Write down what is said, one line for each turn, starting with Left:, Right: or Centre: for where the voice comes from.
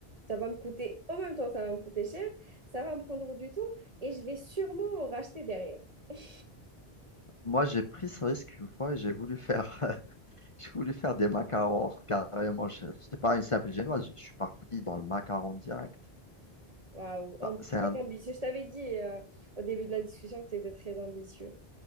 Right: Ça va me coûter, en même temps, ça va me coûter cher, ça va me prendre du temps et je vais sûrement en racheter derrière. <laughs>
Left: Moi, j'ai pris ce risque une fois et j'ai voulu faire, <laughs> j'ai voulu faire des macarons carrément. Je- C'était pas une simple génoise, je suis parti dans le macaron direct.
Right: Waouh, Am-
Left: Bah, c'est
Right: très
Left: un,
Right: ambitieux. Je t'avais dit euh, au début de la discussion que tu étais très ambitieux.